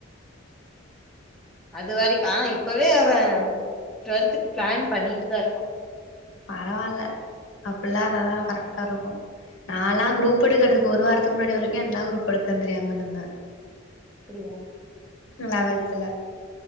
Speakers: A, in the centre; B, on the left.
A: அது வரை ஆ இப்பவே அவ டுவெல்த்துக் ப்ளான் பண்ணிட்டு தா இருக்கா
B: பரவால்ல அப்பில்லா இருந்தாதா கரெக்ட்டாருக்கூ. நாலா க்ரூப் எடுக்கறதுக்கு ஒரு வாரத்துக்கு முன்னாடி வரைக்கூ என்ன க்ரூப் எடுக்கன் தெரியாமருந்தே
A: அப்டியா
B: லெவல்த்துல